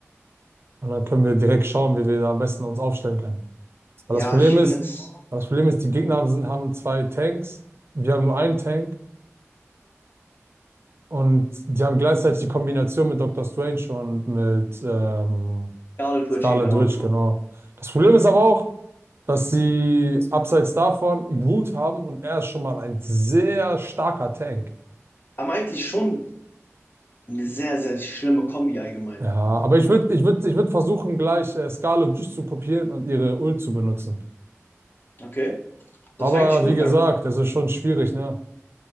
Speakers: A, on the right; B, on the left.
A: Und dann können wir direkt schauen, wie wir da am besten uns aufstellen können. Weil
B: Ja,
A: das Problem
B: ich
A: ist,
B: bin jetzt
A: weil das Problem ist, die Gegner haben- sind, haben zwei Tanks, wir haben nur einen Tank und die haben gleichzeitig die Kombination mit Dr. Strange und mit ähm,
B: Scarlet
A: Scarlet
B: Witch hier, genau,
A: Witch,
B: genau.
A: genau. Das Problem ist aber auch, dass sie abseits davon Groot haben und er ist schon mal ein sehr starker Tank.
B: Aber eigentlich schon eine sehr, sehr schlimme Kombi allgemein.
A: Ja, aber ich würde ich würd, ich würd versuchen, gleich äh, Scarlet Witch zu kopieren und ihre Ult zu benutzen.
B: Okay?
A: Aber
B: Das war eigentlich gut.
A: wie gesagt,
B: Da, ja,
A: das ist schon schwierig, ne?